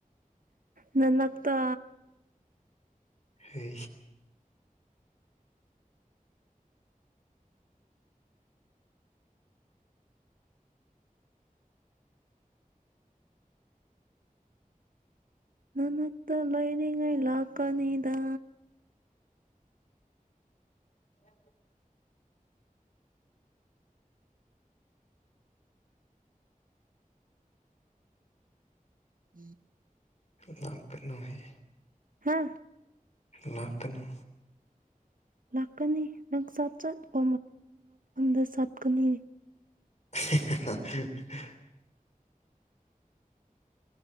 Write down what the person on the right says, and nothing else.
ꯅꯅꯛꯇ
ꯅꯅꯠꯇ ꯂꯥꯏꯅꯤꯡꯒꯥꯏ ꯂꯥꯛ ꯀꯅꯤꯗꯥ
ꯎꯝ
ꯍꯥꯥ
ꯂꯥꯛꯀꯅꯤ ꯅꯪ ꯆꯠ ꯆꯠꯄ ꯃꯐꯝꯗ ꯆꯠꯀꯅꯤ